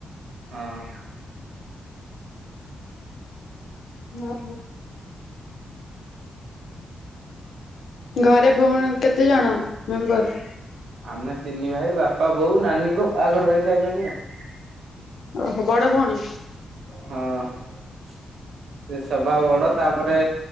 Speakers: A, on the right; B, on the left.
A: ହଁ।
B: ହ। ଘରେ ଭଉଣୀ କେତେ ଜଣ ମେମ୍ବର
A: ଆମେ ତିନି ଭାଇ ବାପା ବୋଉ ନାନୀଙ୍କ ବାହାଘର ହେଇସାରିଲାଣି ଆଉ
B: ଓହୋ ବଡ ଭଉଣୀ
A: ହଁ ସେ ସଭା ବଡ ତାପରେ